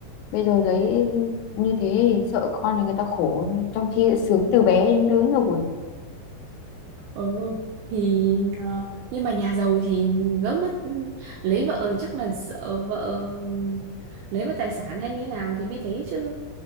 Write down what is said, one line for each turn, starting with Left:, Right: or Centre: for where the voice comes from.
Left: bây giờ lấy như thế thì sợ con thì người ta khổ trong khi đã sướng từ bé đến lớn rồi
Right: Ừ, thì ờ, nhưng mà nhà giàu thì gỡ mất lấy vợ chắc là sợ vợ lấy mất tài sản hay như thế nào thì mới thế chứ.